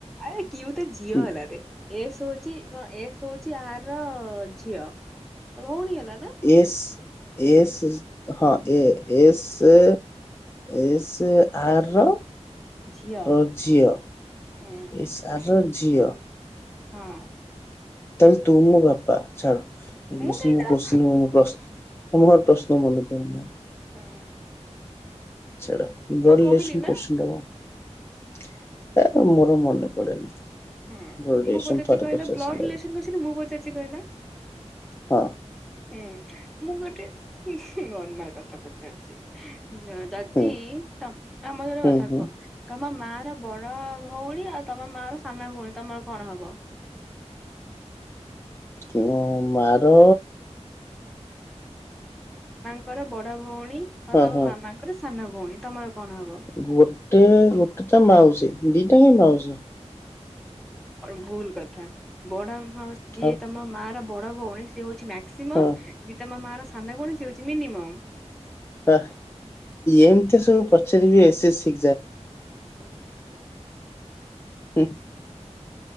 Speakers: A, in the centre; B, on the left.
A: ଆରେ କ୍ୟୁ ତ ଝିଅ
B: ପି
A: ହେଲାରେ ଏସ୍ ହଉଛି କ ଏସ୍ ହଉଛି ଆର ର ଝିଅ ଭଉଣୀ ହେଲା ନା।
B: ଏସ୍ ଏସ ହଁ ଏ ଏସେ ଏସ୍ ଆର
A: ଝିଅ
B: ର ଝିଅ
A: ହୁଁ
B: ଏସ ଆର୍ ର ଝିଅ।
A: ହଁ।
B: ତାହାଲେ ତୁ ମୋ ବାପା ଛାଡ ମୁଁ <unintelligible>
A: କାହିଁକି
B: କୋତ୍ସିନ୍
A: ହଁ
B: ପ୍ରଶ୍ନ ଆ ମୋର ପ୍ରଶ୍ନ ମନେ ପଡୁନି ଆଉ।
A: ହଁ ଅଁ।
B: ଛାଡ଼, <unintelligible>
A: କହିଲି ନା
B: କୋଶ୍ଚନି ଟା କ। ଆ ମୋର ମନେ ପଡେନି।
A: ହୁଁ
B: ବ୍ଲଡ୍ ରିଲେସନ୍
A: ମୁଁ ପଚାରୁଚି
B: ଥରେ
A: କହିଲ,
B: ପଚାରିସାରିଲା
A: ବ୍ଲଡ ରିଲେସନ
B: ପରେ
A: କୋସଚିନି ମୁଁ ପଚାରୁଚି କହିଲ?
B: ହଁ।
A: ହୁଁ, ମୁଁ ଗୋଟେ ନରମାଲ କଥା ପଚାରୁଛି? ଯଦି
B: ହୁଁ
A: ଆମ <unintelligible>
B: ହୁଁ
A: କଥା
B: ହୁଁ
A: କୁହ? ତମ ମା ର ବଡ ଭଉଣୀ ଆଉ ତମ ମା ର ସାନ ଭଉଣୀ ତମର କଣ ହବ?
B: ମୋ ମାର
A: ଙ୍କର ବଡ ଭଉଣୀ
B: ହଁ
A: ଆଉ ତମ
B: ହଁ
A: ମାମାଙ୍କର ସାନ ଭଉଣୀ ତମର କଣ ହବ?
B: ଗୋଟେ ଗୋଟେ ତ ମାଉଛି ଦିଟା ହିଁ ମାଉଛି।
A: ଭୁଲ କଥା, ବଡ ମାଉସି ଯିଏ
B: ହଁ
A: ତମ ମା ର ବଡ ଭଉଣୀ ସିଏ ହଉଛି ମାକ୍ସିମମ୍,
B: ହଁ।
A: ଯିଏ ତମ ମା ର ସାନ ଭଉଣୀ ସେ ହଉଛି ମିନିମମ୍।
B: ହ ଏମିତି ସବୁ ପଚାରିବି ଏସ ସି। <unintelligible>